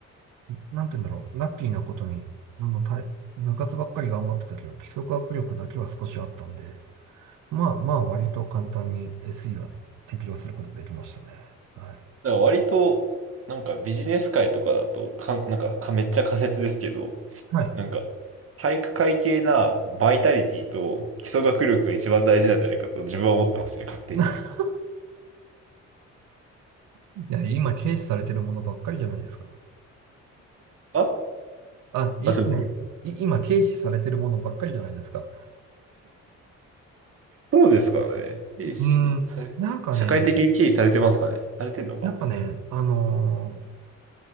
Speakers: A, on the right; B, on the right.
A: なんて言うんだろう、ラッキーなことに、あの、たい部活ばっかり頑張ってたけど、基礎学力だけは少しあったんで、まあまあ、割と簡単に SE は適用することできましたね。はい。
B: だから割と、なんかビジネス界とかだとかん、なんかかめっちゃ仮説ですけど、
A: はい。
B: なんか体育会系なバイタリティと基礎学力が一番大事なんじゃないかと自分は思ってますね、勝手に。
A: <laughs> いや、今軽視されてるものばっかりじゃないですか。
B: あ、
A: あ、い、
B: まあ、それで
A: 今、い、今軽視されてるものばっかりじゃないですか。
B: そうですからね。軽視され、
A: うーん、なんかね、
B: 社会的に軽視されてますかねされてんのか。
A: やっぱね、あのー